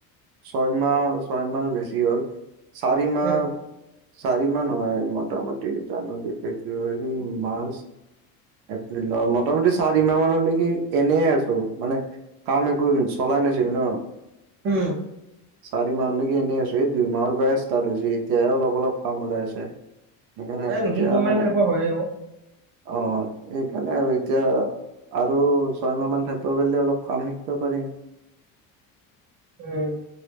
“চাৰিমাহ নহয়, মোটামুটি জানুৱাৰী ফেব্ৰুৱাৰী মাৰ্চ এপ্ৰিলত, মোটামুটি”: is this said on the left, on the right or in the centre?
Right